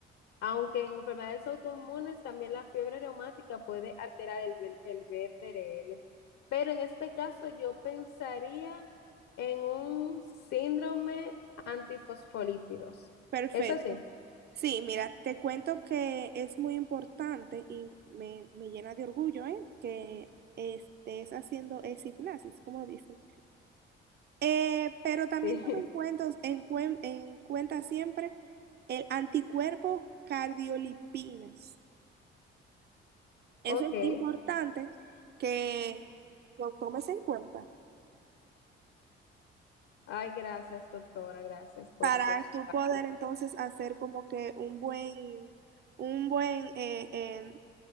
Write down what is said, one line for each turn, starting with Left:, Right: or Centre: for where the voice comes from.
Left: aunque en enfermedades autoinmunes también la fiebre reumática puede alterar el, B- el BDRL, pero en este caso yo pensaría en un síndrome antifosfolípidos.
Right: Perfecto.
Left: Eso sí,
Right: Sí, mira, te cuento que es muy importante y me, me llena de orgullo, ¿eh? que estés haciendo esa hipnosis, como dicen. Eh, pero también
Left: sí,
Right: toma en cuenta, en, cuen- en cuenta siempre el anticuerpo cardiolipinas. Eso
Left: <laughs>
Right: es
Left: ok.
Right: importante que lo tomes en cuenta
Left: Ay, gracias, doctora, gracias por,
Right: para
Left: por su
Right: tú
Left: trabajo.
Right: poder entonces hacer como que un buen, un buen, eh, eh,